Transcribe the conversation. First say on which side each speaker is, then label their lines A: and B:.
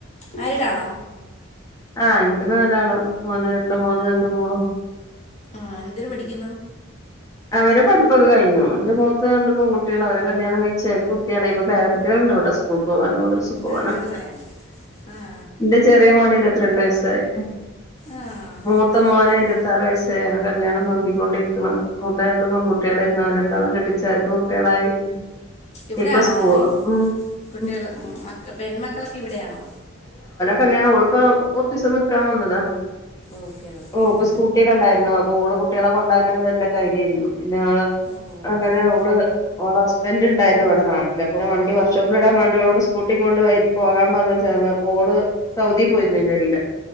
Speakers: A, on the left; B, on the left.
A: മാരിടാണോ
B: ആഹ് എനിക്ക് നാലാളാ മോന രണ്ട് മോന് രണ്ട് മോളും
A: ആഹ് എന്തിന് പഠിക്കുന്നു
B: അവരെ പഠ്പ്പൊക്കെ കഴ്ഞ്ഞു എന്റെ മൂത്ത രണ്ട് പെൺകുട്ടികളാ അവരെ കല്ല്യാണം കഴിച്ച അയ്ല് കുട്ടിഎളായ് ഇപ്പ പേര കുട്ടിഎള് ഉണ്ട് ഇവിടെ സ്കൂൾക്ക് പോവാനും <unintelligible> സ് പോവാനും
A: ആണല്ലേ ആ
B: ഇന്റെ ചെറിയ മോനേ ഇരുപത്തിരണ്ട് വയസ്സായി
A: ആ
B: മൂത്ത മോന്
A: ഓക്കെ
B: ഇരുവത്തി ആറ് വയസ്സായി ഓന് കല്ല്യാണം ന്നോക്കിക്കൊണ്ടിരിക്ക്ണ് മൂത്ത രണ്ടും പൺകുട്ടി ആളായ്രുന്നു അവരെ രണ്ടാളേം കെട്ടിച്ച് അവർക്ക് കുട്ടികളായി
A: ഇവ്ടെ
B: ഇപ്പൊ
A: ആണോ
B: സ്കൂ
A: ഇ
B: ഉം
A: കുട്ടിഎള്
B: ഉം
A: മ് മക്കൾ പെൺമക്കളൊക്കെ ഇവ്ടെയാണോ
B: കല്ല്യാണം ഓള് പ്പം ഒർച്ചീസം നിക്കാം വന്നതാ
A: ഓക്കെ ഓക്കെ
B: ഓക്ക്
A: ആ
B: സ്കൂട്ടി ഒക്ക ഉണ്ടായ്രുന്നു ഓള് കുട്ടികളെ കൊണ്ടാക്കലും വെരലും അത് ലെയ്നി പിന്നെ
A: ഓ
B: അങ്ങനെ
A: ഓക്കെ
B: ഓള് ഓളെ ഹസ് ബന്റ് ണ്ടായിരുന്നു ഇവ്ടെ ന്നാട്ടില് അപ്പ ഇങനെ വണ്ടിവർക്ഷോപ്പിലിടാം മാണ്ടി ഓളോട് സ്കൂട്ടി കൊണ്ട് വെര് പോകാ മാങിഎചതാ പോ ഒള് സൗദീ പോയിരുന്നു അയ്ന്റെ എടേല്